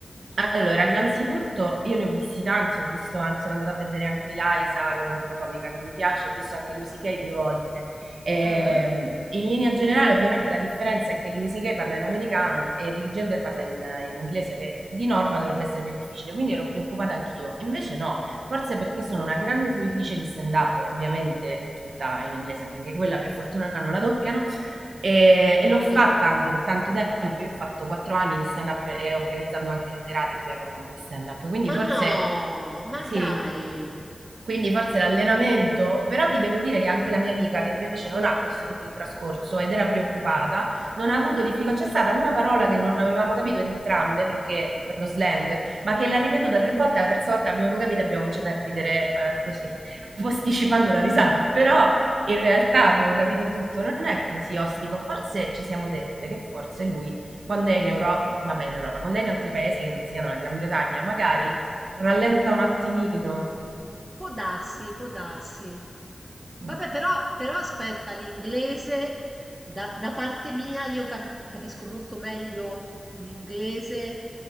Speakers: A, on the right; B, on the right.
A: allora, innanzitutto io ne ho visti tanti, ho visto anche, sono andata a vedere anche Eliza, che è un'altra comica che mi piace, ho visto anche Louis C.K. due volte. Ehm,
B: ah-ah,
A: in linea generale, ovviamente, la differenza è che Louis C.K. parla in americano e Ricky Gervais parla in, in inglese, che di norma dovrebbe essere più difficile, quindi ero preoccupata anch'io. Invece no, forse perché sono
B: ah,
A: una
B: ah,
A: grande fruitrice di stand-up, ovviamente tutta in inglese, anche perché quella per fortuna non la doppiano, e, e l'ho
B: sì.
A: fatta anche per tanto tempo. Io ho fatto quattro anni di stand up e organizzando anche le serate qui a Roma di stand up. Quindi
B: Ma
A: forse
B: no, ma
A: sì,
B: dai!
A: quindi forse l'allenamento, però ti devo dire che anche la mia amica che invece non ha questo tipo di trascorso ed era preoccupata, non ha avuto difficoltà. C'è stata una parola che non avevamo capito entrambe perché per lo slang, ma che l'ha ripetuta tre volte, la terza volta abbiamo capito e abbiamo cominciato a ridere eh, così, <laughs> posticipando la
B: Okay.
A: risata. Però in realtà abbiamo capito tutto, non è così ostico, forse ci siamo dette che forse lui quando è in Europa, vabbè in Europa, quando è in altri paesi che non siano la Gran Bretagna, magari rallenta un attimino.
B: Può darsi, può darsi. Vabbè,
A: Mm.
B: però, però aspetta, l'inglese, da, da parte mia, io cam- capisco molto meglio un inglese